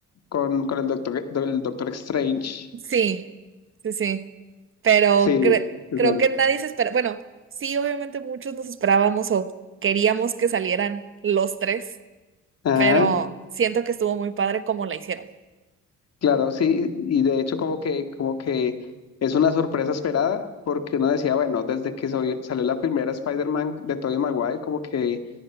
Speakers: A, on the left (about 55°); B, on the right (about 45°).
A: con, con el doctor, el Doctor Strange.
B: Sí, sí, sí. Pero
A: Sí,
B: cre-
A: es
B: creo
A: bueno.
B: que nadie se espera. Bueno, sí, obviamente muchos nos esperábamos o queríamos que salieran los tres,
A: Ajá,
B: pero siento que estuvo muy padre como la hicieron.
A: claro, sí, y de hecho como que, como que es una sorpresa esperada, porque uno decía, bueno, desde que soy- salió la primera Spider-Man de Tobey Maguire, como que